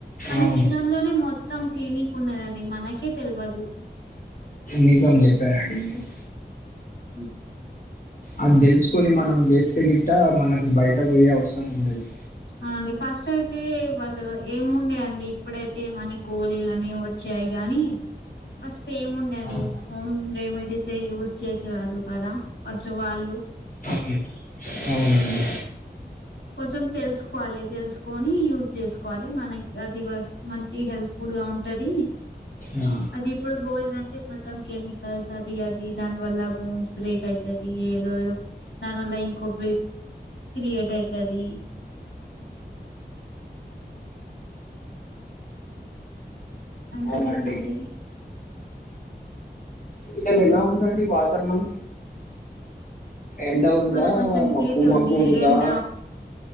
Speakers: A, on the left; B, on the left.
A: మన
B: అవును
A: కిచెన్ లోనే మొ మొత్తం క్లీనిక్ ఉన్నదని మనకే తెలియదు
B: నిజం చెప్పారండి మీరు
A: ఉ
B: అది తెలుసుకొని మనం చేస్తే గిట్ట మనకు బయట పోయే అవసరం ఉండది
A: అవునండి ఫస్ట్ అయితే వాళ్ళు ఏము ఉండే అండి ఇప్పుడైతే మన గోళలుని వచ్చ వచ్చాయి గాని ఫస్ట్ ఏం ఉండి
B: అవును
A: హోమ్ రెమెడీస్ యూజ్ చేసేవాళ్ళు కదా ఫస్ట్ వాళ్ళు
B: అవును అవునండి
A: కొంచెం తెలుసుకోవాలి తెలుసుకొని యూజ్ చేసుకోవాలి మనకి అది కూడా మంచి హెల్త్ ఫుడ్ గా ఉంటది
B: ఆ
A: అది ఇప్పుడు గోయి మొత్తం కెమికల్స్ అది అది దాని వల్ల బోన్స్ బ్రేక్ యితతి ఏదో నన్ల్ ఇంకొబ్ క్రయేట్ యి కది ఇంకా
B: అవునండి
A: చెప్పండి
B: అక్కడ ఎలా ఉందండి వాతవరణం ఎండ ఉందా
A: ఇవాళ కొంచెం
B: మబ్బు
A: హీట్
B: మబ్బు
A: ఉంది
B: ఉందా
A: ఎండ